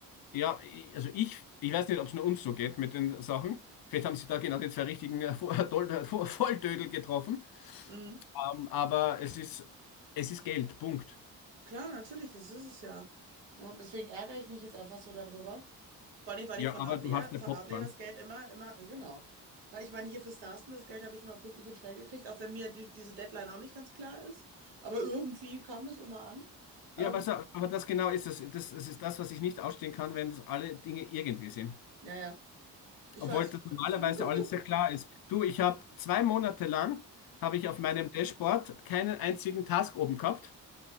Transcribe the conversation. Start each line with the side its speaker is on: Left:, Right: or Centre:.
Left: ja, i- also ich, ich weiß nicht, ob es nur uns so geht mit den Sachen. Vielleicht haben sie da genau die zwei richtigen äh, Vo- Dol- Vo- Volltödel <laughs> getroffen.
Right: Mhm.
Left: Ähm, aber es ist, es ist Geld, Punkt.
Right: Klar, natürlich, das ist es ja. Und deswegen ärgere ich mich jetzt einfach so darüber. Vor allem, weil
Left: Ja,
Right: ich von
Left: aber
Right: Outlier,
Left: du hast ja
Right: von
Left: Popcorn.
Right: Outlier das Geld immer, immer, äh, genau. Na, ich meine, hier für Starsten, das Geld habe ich immer pünktlich und schnell gekriegt, auch wenn mir die, diese Deadline auch nicht ganz klar ist. Aber irgendwie kam das immer an.
Left: Ja,
Right: Ähm,
Left: aber, so, aber das genau ist es. Das, das ist das, was ich nicht ausstehen kann, wenn es alle Dinge irgendwie sind.
Right: naja, ich
Left: Obwohl
Right: weiß.
Left: das normalerweise
Right: <laughs>
Left: alles sehr klar ist. Du, ich habe zwei Monate lang, habe
Right: Mhm.
Left: ich auf meinem Dashboard keinen einzigen Task oben gehabt.